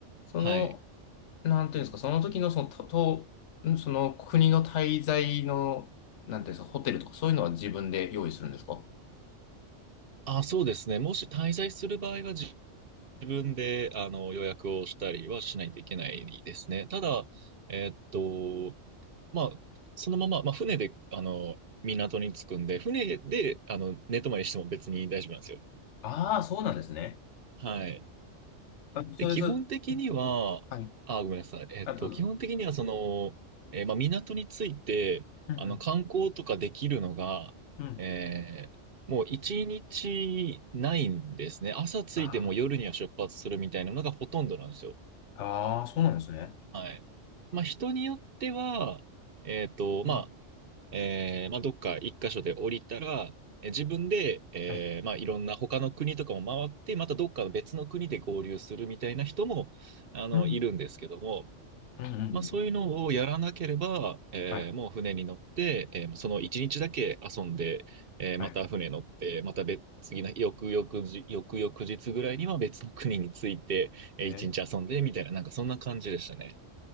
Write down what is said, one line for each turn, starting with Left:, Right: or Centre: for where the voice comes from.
Left: その、
Right: はい。
Left: なんていうんですか、その時のその、と、とんその国の滞在の、なんていうんですか、ホテルとかそういうのは自分で用意するんですか
Right: ああ、そうですね。もし滞在する場合は自分で、あの、予約をしたりはしないといけないですね。ただ、えーっと、まあ、そのまま、まあ、船で、あの、港に着くんで、船で、あの、寝泊まりしても別に大丈夫なんですよ。
Left: ああ、そうなんですね。
Right: はい。
Left: あ、
Right: で、
Left: そうです。
Right: 基本的には、
Left: はい。
Right: あ、ごめんなさい。えっと、
Left: あ、どうぞ。
Right: 基本的には、その、えーまあ、港について、
Left: うんうん
Right: あの、観光とかできるのが、
Left: うん
Right: えーもう一日ないんですね。朝着いてもう夜には出発するみたいなのがほとんどなんですよ。
Left: あーあー、そうなんですね。
Right: はい。まあ、人によっては、えっと、
Left: うん。
Right: まあ、えーまあ、どっか一箇所で降りたら、えー自分で、えーまあ、
Left: はい。
Right: いろんな他の国とかも回って、またどっか別の国で合流するみたいな人も、あの、
Left: うん。
Right: いるんですけども、
Left: うんうんうんうん。
Right: まあ、そういうのをやらなければ、えーもう船に乗って、
Left: はい。
Right: えーその一日だけ遊んで、えーまた船乗って、
Left: はい。
Right: また別、次の翌々日、翌々日ぐらいには別の国に着いて、えー一日遊んで、
Left: えー、
Right: みたいな、なんかそんな感じでしたね。